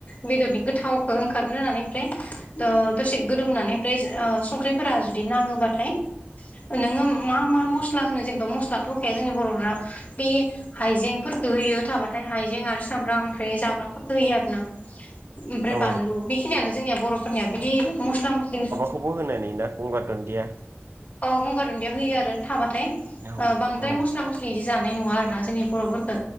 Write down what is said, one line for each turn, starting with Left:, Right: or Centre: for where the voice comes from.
Left: बेदरनि गोथावखौ ओंखारनो होननानै ओमफ्राय ओ दसे गोदौ होननानै ओ संख्रिफोरा जुदि नाङोबाथाय नोङो मा मा मस्ला होनो जेनेबा मस्लाथ' होखाया जोंनि बर'फोरा बे हाइजें होयो थाबाथाय हाइजें आरो सामब्राम ओमफ्राय जाब्रांफोरखौ होयो आरो ना ओमफ्राय
Right: औ
Left: बानलु बेखिनियानो जोंनिया बर'फोरनिया बिदि मस्ला मस्लि
Right: खौबो होनानै गंगार दुन्दिया
Left: अ गंगार दुन्दिया होयो आरो थाबाथाय
Right: औ
Left: ओ बांद्राय
Right: औ
Left: मस्ला मस्लि बिदि जा नाय नु आरोना जोंनि बर'फोरखौ